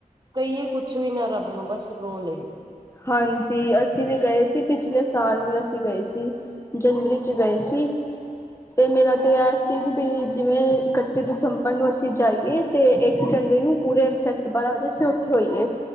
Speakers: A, on the right; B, on the left.
A: ਕਹੀਏ ਕੁਛ ਵੀ ਨਾ ਰੱਬ ਨੂੰ, ਬਸ ਰੋ ਲਈਏ।
B: ਹਾਂਜੀ, ਅਸੀਂ ਵੀ ਗਏ ਸੀ, ਪਿਛਲੇ ਸਾਲ ਵੀ ਅਸੀਂ ਗਏ ਸੀ। ਜਨਵਰੀ, ਚ ਗਏ ਸੀ। ਤੇ ਮੇਰਾ ਤੇ ਐ ਸੀ, ਵੀ ਬੀ ਜਿਵੇਂ ਇਕੱਤੀ ਦਿਸੰਬਰ ਨੂੰ ਅਸੀਂ ਜਾਈਏ, ਤੇ ਇੱਕ ਜਨਵਰੀ ਨੂੰ ਪੂਰੇੈ ਇਗਜੈਕਟ ਬਾਰਾਂ ਵਜੇ, ਅਸੀਂ ਉੱਥੇ ਹੋਈਏ,